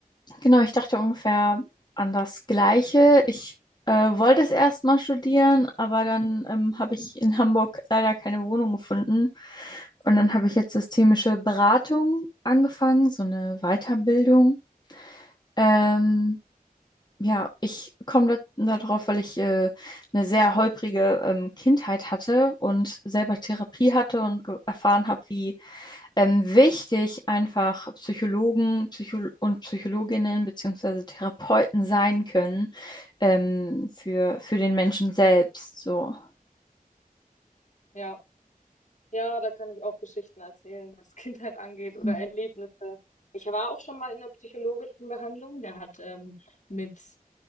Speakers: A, on the left (about 30°); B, on the left (about 55°).
A: genau, ich dachte ungefähr an das Gleiche. Ich äh, wollte es erst mal studieren, aber dann ähm, habe ich in Hamburg leider keine Wohnung gefunden. Und dann habe ich jetzt systemische Beratung angefangen, so eine Weiterbildung. Ähm, Ja, ich komme da, darauf, weil ich äh, eine sehr holprige ähm, Kindheit hatte und selber Therapie hatte und ge- erfahren habe, wie ähm, wichtig einfach Psychologen Psycho und Psychologinnen beziehungsweise Therapeuten sein können ähm, für, für den Menschen selbst. So.
B: Ja. Ja, da kann ich auch Geschichten erzählen, was <laughs> Kindheit angeht oder
A: Mhm.
B: Erlebnisse. Ich war auch schon mal in der psychologischen Behandlung. Der hat ähm, mit